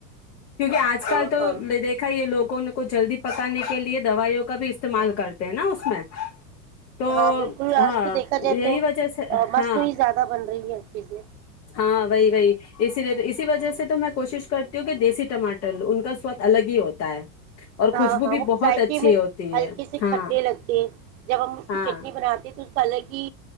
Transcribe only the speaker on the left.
کیونکہ آج
کل تو
دیکھا یہ لوگ کو نہ کو جلدی پکانے کے لیے دوائیوں کا بھی استعمال کرتے ہیں نا اس میں تو
ہاں
یہی
وجہ سے
ہاں
ہاں وہی وہی اسی لیے اسی وجہ سے تو میں کوشش کرتی ہوں کہ دیسی ٹماٹر ل ان کا سواد الگ ہی ہوتا ہے اور
خوشبو
بھی
بہت
اچھی
ہوتی
ہے
ہاں
ہاں